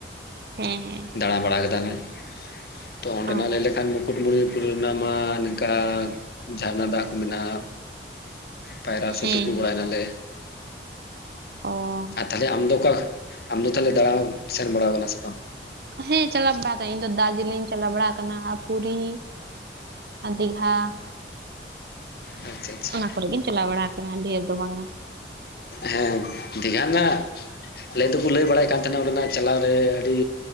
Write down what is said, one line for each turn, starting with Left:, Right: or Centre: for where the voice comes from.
Right: ᱦᱮᱸ ᱦᱮᱸ᱾
Left: ᱫᱟᱬᱟᱵᱟᱲᱟ ᱠᱮᱫᱟᱞᱮ ᱾ ᱛᱚ ᱚᱸᱰᱮᱱᱟᱜ
Right: ᱚ
Left: ᱞᱟᱹᱭ ᱞᱮᱠᱷᱟᱱ ᱢᱩᱠᱩᱴᱢᱩᱱᱤᱯᱩᱨ ᱨᱮᱱᱟᱜ ᱢᱟ ᱱᱮᱝᱠᱟ ᱡᱷᱟᱨᱱᱟ ᱫᱟᱜ ᱠᱚ ᱢᱮᱱᱟᱜ-ᱟ᱾ ᱯᱟᱭᱨᱟ ᱥᱮ
Right: ᱦᱮᱸ
Left: ᱛᱩᱯᱩ ᱵᱟᱲᱟᱭᱮᱱᱟᱞᱮ᱾
Right: ᱚᱻ
Left: ᱛᱟᱦᱞᱮ ᱟᱢ ᱫᱚ ᱚᱠᱟ ᱟᱢᱫᱚ ᱛᱟᱦᱞᱮ ᱫᱟᱲᱟᱱ ᱥᱮᱱ ᱵᱟᱲᱟᱣ ᱟᱠᱟᱱᱟ ᱥᱮ ᱵᱟᱝ?
Right: ᱦᱮᱸ ᱪᱟᱞᱟᱣ ᱵᱟᱲᱟ ᱟᱠᱟᱱᱟ ᱤᱧ ᱫᱚ ᱫᱟᱨᱡᱤᱞᱤᱝ ᱤᱧ ᱪᱟᱞᱟᱣ ᱵᱟᱲᱟ ᱟᱠᱟᱱᱟ ᱟᱨ ᱯᱩᱨᱤᱼᱼ ᱟᱨ ᱫᱤᱜᱷᱟ
Left: ᱟᱪᱪᱷᱟ ᱟᱪᱪᱷᱟ
Right: ᱚᱱᱟ ᱠᱚᱨᱮ ᱜᱤᱧ ᱪᱟᱞᱟᱣ ᱵᱟᱲᱟ ᱟᱠᱟᱱᱟ ᱰᱷᱮᱨ ᱫᱚ ᱵᱟᱝᱟ᱾
Left: ᱦᱮᱸ ᱛᱮᱦᱟᱱᱟᱜᱼᱟ <inaudible> ᱞᱟᱹᱭ ᱫᱚᱠᱚ ᱞᱟᱹᱭ ᱵᱟᱲᱟᱭ ᱠᱟᱱ ᱛᱟᱦᱮᱱᱟ ᱚᱸᱰᱮᱱᱟᱜ ᱪᱟᱞᱟᱣ ᱨᱮ ᱟᱹᱰᱤᱼᱼ